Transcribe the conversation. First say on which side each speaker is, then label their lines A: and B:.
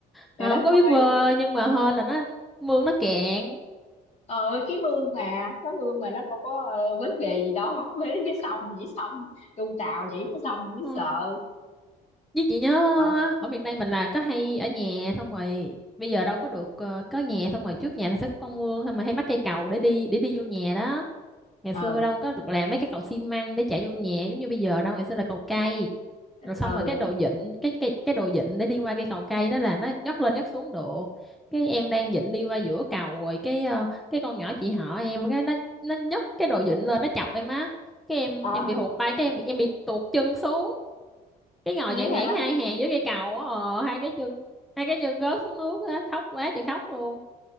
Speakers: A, in the centre; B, on the left (about 40°).
A: à,
B: trời đất
A: không có biết
B: ơi
A: bơi nhưng mà hên là nó mương nó cạn
B: ờ cái mương mà cái mương mà nó đâu có ờ, vấn đề gì đâu <laughs> với cái sông nhảy sông tu tàu nhảy mới sông mới
A: ừ.
B: sợ
A: Với chị nhớ
B: rồi
A: ở miền Tây mình là có hay ở nhà xong rồi bây giờ đâu có được ờ, có nhà xong rồi trước nhà là sẽ có con mương xong rồi hay bắt cây cầu để đi để đi vô nhà đó. Ngày
B: ừ
A: xưa đâu có được làm mấy cái cầu xi măng để chạy vô nhà giống như bây giờ đâu, ngày xưa là cầu cây. Rồi xong
B: ừ
A: rồi cái đồ vịn cái cái cái đồ vịn để đi qua cây cầu cây đó là nó nhấc lên nhấc xuống được. Cái em đang vịn đi qua giữa cầu rồi cái ờ, cái con nhỏ chị họ em cái nó nó nhấc cái đồ vịn lên nó chọc em á. Cái em
B: ờ
A: em bị hụt tay cái em bị, em bị tuột chân xuống cái ngồi
B: thế
A: dạng hẻn
B: hả
A: hai hàng với cây cầu á ờ, hai cái chân hai cái chân rớt xuống nước á khóc quá trời khóc luôn